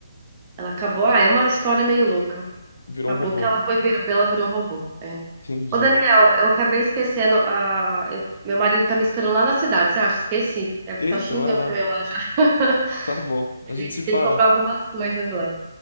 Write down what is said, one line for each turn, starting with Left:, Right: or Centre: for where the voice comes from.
Right: ela acabou. Ah, é uma história meio louca.
Left: Virou
Right: Acabou
Left: um robô.
Right: que ela foi, virou, ela virou um robô. É.
Left: Entendi.
Right: Ô, Daniel, eu acabei esquecendo. A, eu- meu marido tá me esperando lá na cidade, você acha? Esqueci. Deve
Left: Eita,
Right: estar xingando
Left: vai lá.
Right: eu lá já. <laughs>
Left: Tá bom. A
Right: A
Left: gente
Right: gente
Left: se fala.
Right: tem que comprar algumas coisas lá.